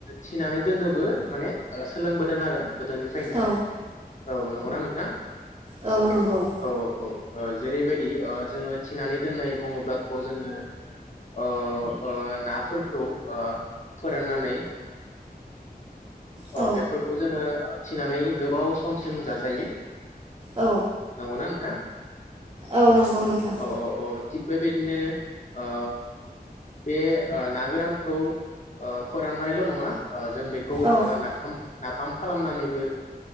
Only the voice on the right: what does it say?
औ
औ नंगौ
औ
औ
औ नंगौ नोंथां।
औ